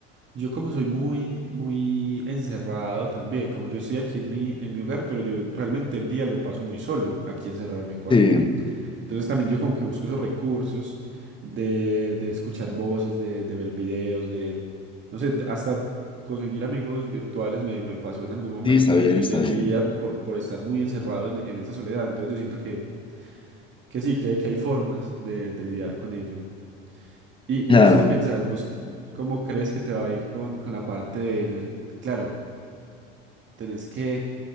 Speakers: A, on the right (about 40°); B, on the left (about 15°).
A: yo como soy muy, muy encerrado también, como yo estoy aquí en mi, en mi hogar, pero yo realmente el día lo paso muy solo, aquí encerrado en mi cuarto.
B: Sí,
A: Entonces también yo como que busco esos recursos de, de escuchar voces, de, de ver videos, de, no sé, hasta conseguir amigos virtuales me, me pasó en algún momento
B: sí, está
A: de
B: bien,
A: mi,
B: está
A: de mi
B: bien.
A: vida por, por estar muy encerrado en, en esa soledad. Entonces yo siento que, que sí, que, que hay formas de, de lidiar con ello. ¿Y,
B: Claro.
A: y vos qué pensás? ¿Vos cómo crees que te va a ir con, con la parte del... Claro, tenés que